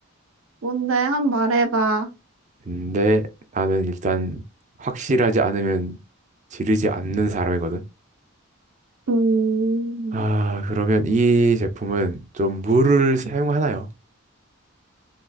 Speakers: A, on the right; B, on the right.
A: 뭔데? 한 번 말해봐.
B: 근데 나는 일단 확실하지 않으면 지르지 않는 사람이거든.
A: 음,
B: 아, 그러면 이 제품은 좀 물을 사용하나요?